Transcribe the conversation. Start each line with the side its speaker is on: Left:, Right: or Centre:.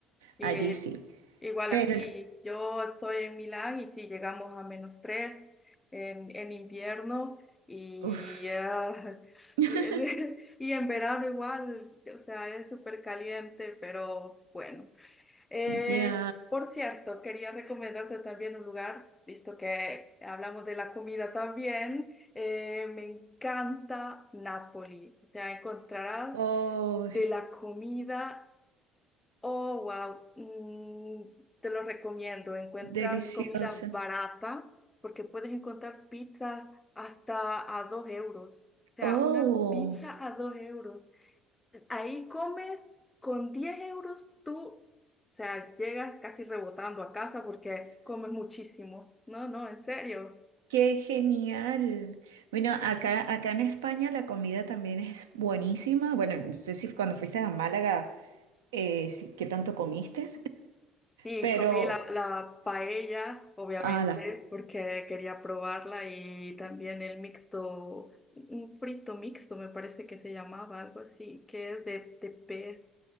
Left: y
Right: allí sí.
Left: igual
Right: Pero,
Left: aquí,
Right: el-
Left: yo estoy en Milán y sí, llegamos a menos 3 en, en invierno y,
Right: uff,
Left: ah, <laughs>
Right: <laughs>
Left: y en verano igual, o sea, es súper caliente, pero bueno. Eh,
Right: ya,
Left: por cierto, quería recomendarte también un lugar, visto que hablamos de la comida también. Eh, me encanta Nápoli. O sea, encontrarás
Right: oh,
Left: De la comida, oh, wow, mm, te lo recomiendo. Encuentras
Right: deliciosa.
Left: comida barata porque puedes encontrar pizzas hasta a dos euros. O sea,
Right: Oh,
Left: una pizza a dos euros. Ahí comes con 10 euros tú, o sea, llegas casi rebotando a casa porque comes muchísimo. No, no, en serio.
Right: qué genial. Bueno, acá, acá en España la comida también es buenísima. Bueno, no sé si cuando fuiste a Málaga, eh, si- ¿qué tanto comiste?
Left: Sí,
Right: pero,
Left: comí la, la paella, obviamente,
Right: ala,
Left: porque quería probarla y también el mixto, un frito mixto, me parece que se llamaba, algo así, que es de, de pez,